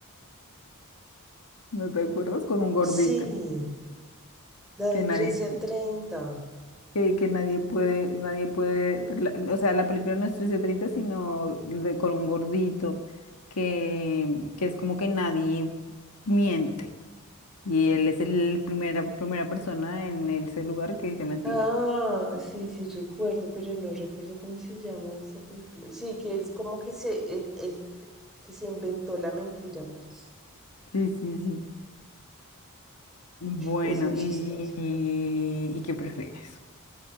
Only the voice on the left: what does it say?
¿no te acuerdas? Con un gordito,
que
nadie,
que, que nadie puede, nadie puede, pero la- o sea, la película no es 13 a 30, sino de- con un gordito, que, que es como que nadie miente, y él es el primera, primera persona en ese lugar que dice mentira.
Sí, sí, sí. Bueno,
y, ¿y qué prefieres?